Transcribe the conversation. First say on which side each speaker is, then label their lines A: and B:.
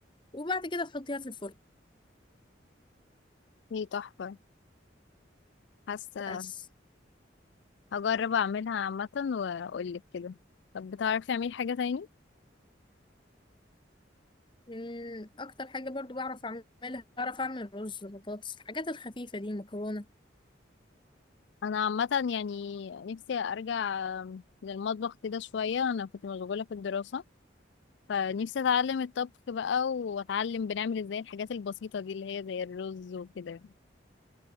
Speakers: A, on the left; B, on the left.
A: وبعد كده تحطيها في الفرن
B: هي تحفه حاسه
A: بس
B: هجرب اعملها عامه واقول لك كده طب بتعرفي تعملي حاجه تاني
A: مم، أكتر حاجة برضو بعرف أعملها بعرف أعمل رز بطاطس الحاجات الخفيفة دي مكرونة
B: انا عامه يعني نفسي ارجع آم، للمطبخ كده شويه انا كنت مشغوله في الدراسه فنفسي اتعلم الطبخ بقى واتعلم بنعمل ازاي الحاجات البسيطه دي اللي هي زي الرز وكده